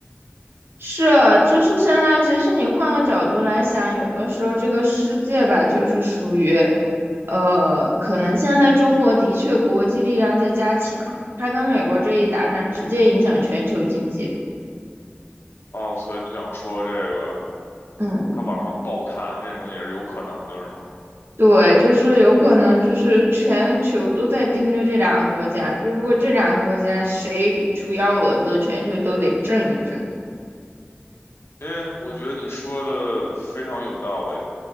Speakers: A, on the right; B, on the left.
A: 是，就是现在，其实你换个角度来想，有的时候这个世界吧，就是属于，呃，可能现在中国的确国际力量在加强，它跟美国这一打仗，直接影响全球经济。
B: 哦，所以你想说这个
A: 嗯，
B: 它往上爆弹这种也是有可能的，是吗？
A: 对，就是有可能就是全球都在盯着这两个国家，就如果这两个国家谁出幺蛾子，全球都得震一震。
B: 嗯，我觉得你说的非常有道理